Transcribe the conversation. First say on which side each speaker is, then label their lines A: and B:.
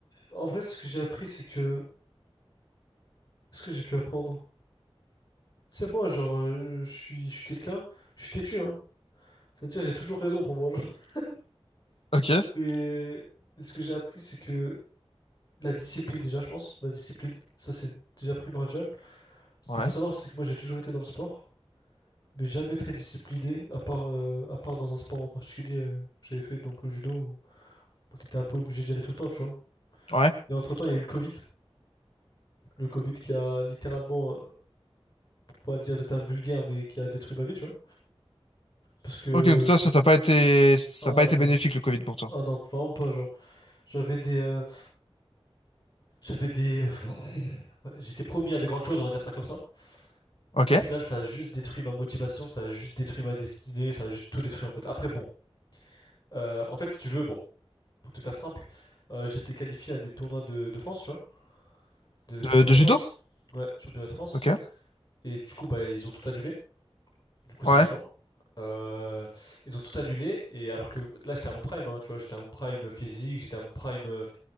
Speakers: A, on the left; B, on the left.
A: En vrai, ce que j'ai appris, c'est que... Ce que j'ai pu apprendre. C'est moi, genre, euh, je suis, je suis quelqu'un, je suis têtu, hein. C'est-à-dire, j'ai toujours raison pour moi. genre. <laughs>
B: Ok.
A: Mais ce que j'ai appris, c'est que la discipline, déjà, je pense, la discipline, ça c'est déjà primordial. Ce
B: Ouais.
A: qu'il faut savoir, c'est que moi, j'ai toujours été dans le sport, mais jamais très discipliné, à part, euh, à part dans un sport en particulier euh, que j'avais fait, donc le judo, où, où t'étais un peu obligé d'y aller tout le temps, tu vois.
B: Ouais.
A: Et entre-temps, il y a eu le Covid, le Covid qui a littéralement pas dire de termes vulgaires, mais qui a détruit ma vie, tu vois. Parce que
B: Ok, donc toi,
A: pour
B: ça
A: m-
B: t'a pas été ça
A: ah
B: a pas été
A: non,
B: bénéfique le Covid pour toi.
A: ah non, vraiment pas genre. J'avais des, euh, j'avais des, <laughs> j'étais promis à de grandes choses, on va dire ça comme ça.
B: Ok.
A: Mais au final, ça a juste détruit ma motivation, ça a juste détruit ma destinée, ça a juste tout détruit en fait. Après bon, euh, en fait si tu veux, bon, pour te faire simple, euh, j'étais qualifié à des tournois de, de France, tu vois, de
B: De,
A: championnat
B: de
A: de
B: judo?
A: France. Ouais, championnat de France.
B: Ok.
A: Et du coup, bah ils ont tout annulé. Du coup, c'est
B: Ouais.
A: gênant. Euh, ils ont tout annulé. Et alors que là, j'étais à mon prime, hein, tu vois, j'étais à mon prime physique, j'étais à mon prime euh,